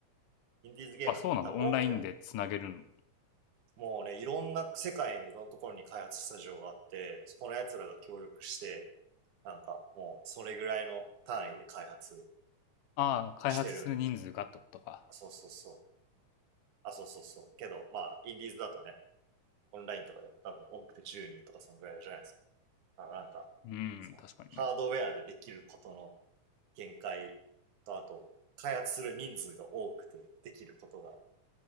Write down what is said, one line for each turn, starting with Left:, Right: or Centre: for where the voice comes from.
Right: インディーズゲームなんて多分多くても、
Left: あ、そうなんだ。オンラインでつなげるの
Right: もうね、いろんな世界のいろんなところに開発スタジオがあって、そこの奴らが協力して、なんかもうそれぐらいの単位で開発
Left: ああ、開発する人数がってことか。
Right: してるんです。そうそうそう。あ、そうそうそう。けど、まあ、インディーズだとね、オンラインとかでも多分多くて10人とかそのぐらいじゃないですか。だからなんか、
Left: うん、
Right: その、
Left: 確かにね。
Right: ハードウェアでできることの限界と、あと、開発する人数が多くてできることが